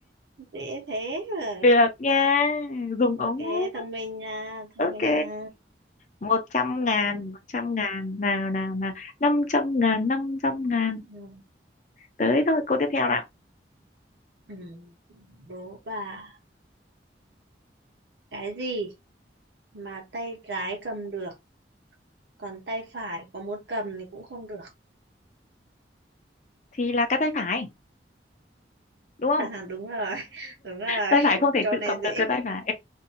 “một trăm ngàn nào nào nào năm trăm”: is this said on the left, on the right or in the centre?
Left